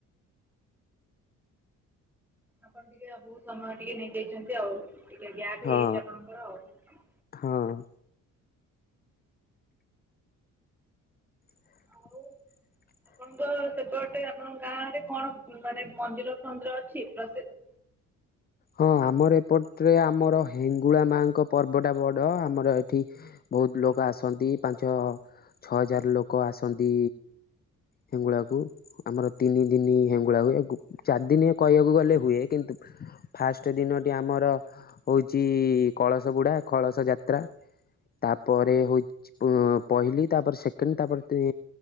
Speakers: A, in the centre; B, on the left.
A: ଆପଣ ଟିକେ ଅ ବହୁତ ସମୟ ଟିକେ ନେଇଯାଇଛନ୍ତି ଆଉ। ଟିକେ ଗ୍ୟାପ୍
B: ହଁ
A: ହେଇାଇଛି ଆପଣଙ୍କର ଆଉ।
B: ହଁ। <unintelligible>
A: ଆଉ ଆପଣଙ୍କ ସେପଟେ ଆପଣଙ୍କ ଗାଁ ରେ କଣ ମାନେ ମନ୍ଦିର ଫନ୍ଦିର ଅଛି ପ୍ରସିଦ୍ଧ।
B: ହଁ ଆମର ଏପଟ୍ରେ ଆମର ହେଙ୍ଗୁଳା ମାଙ୍କ ପର୍ବ ଟା ବଡ ଆମର ଏଠି ବହୁତ ଲୋକ ଆସନ୍ତି, ପାଞ୍ଚ ଛଅ ହଜାର ଲୋକ ଆସନ୍ତି। ହେଙ୍ଗୁଳା କୁ, ଆମର ତିନି ଦିନି ହେଙ୍ଗୁଳା ହୁଏ ଗୁ ଚାରି ଦିନି କହିବାକୁ ଗଲେ ହୁଏ କିନ୍ତୁ <inaudible> ଫାଷ୍ଟ ଦିନଟି ଆମର ହଉଚି କଳସ ବୁଡ଼ା, କଳସ ଯାତ୍ରା। ତାପରେ ହଉଚି ପହିଲି, ତାପରେ ସେକେଣ୍ଡ, ତାପରେ ତି